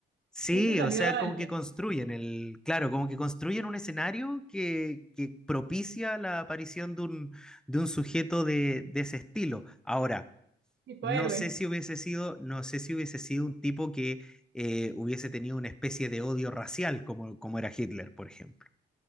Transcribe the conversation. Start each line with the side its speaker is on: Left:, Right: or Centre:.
Centre: sí,
Right: hubiese salido
Centre: o sea,
Right: alguien,
Centre: como que construyen el, claro, como que construyen un escenario que, que propicia la aparición de un, de un sujeto de, de ese estilo. Ahora,
Right: tipo
Centre: no
Right: héroe.
Centre: sé si hubiese sido, no sé si hubiese sido un tipo que eh, hubiese tenido una especie de odio racial como, como era Hitler, por ejemplo.